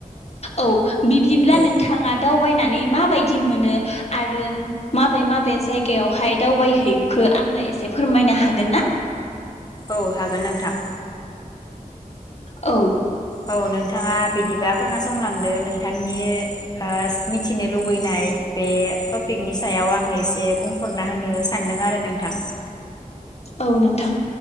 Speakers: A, on the left (about 45°); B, on the left (about 30°).
A: औ बिदिब्ला
B: औ
A: नोंथाङा दा दावनानै माबायदि मोनो आरो माबे माबे जायगायावहाय दावबायहैखो आंनो एसे फोरमायनो हागोन ना?
B: औ हागोन नोंथां।
A: औ
B: औ नोंथाङा बिदि दिबा खोनासंलांदो नोंथांनि ओ मिथिनो लुबैनाय बे टपिकनि सायाव आङो एसे बुंफोरना होनो सानदों आरो नोंथां।
A: औ नोंथां